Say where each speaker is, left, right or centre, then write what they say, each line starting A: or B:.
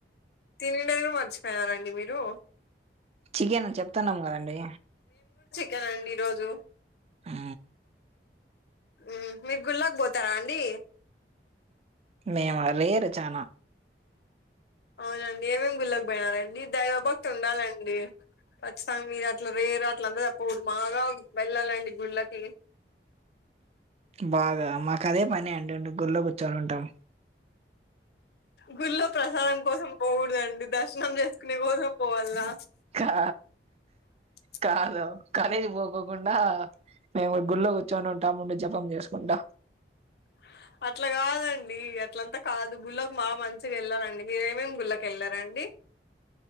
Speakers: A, on the left; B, on the right.
A: తినిండేదే మర్చిపోయినారండి మీరు
B: చికెన్ చెప్తన్నాం గదండి
A: కెనండి ఈ రోజు
B: ఆ
A: ఉమ్ మీ గుళ్ళకి బోతారా అండి
B: మేమా రేరు చానా
A: అవునండి ఏమేమి గుళ్ళకి బొయినారండి దైవభక్తి ఉండాలండి ఖచ్చితంగా మీరు అట్ల వేరే అట్ల అంద చెప్పగుడుదు మాగా వెళ్ళాలండి గుళ్ళకి
B: బాగా మాకదే పని అంటండి గుర్లో గుచ్చోనుంటాం
A: గుళ్ళో ప్రసాదం కోసం పోకుడుదండి దర్శనం చేసుకునే కోసం పోవాలా
B: కా
A: <inaudible>
B: కాదు కాలేజ్ పోకోకుండా మేము గుళ్ళో గుచ్చో నుంటామండి జపం చేసుకుంటా
A: <inaudible> అట్లా కాదండి అట్లంతా కాదు గుళ్ళకి మాగా మంచిగా వెళ్ళాలండి మీరేమేమి గుళ్ళకి వెళ్ళారండి. <inaudible>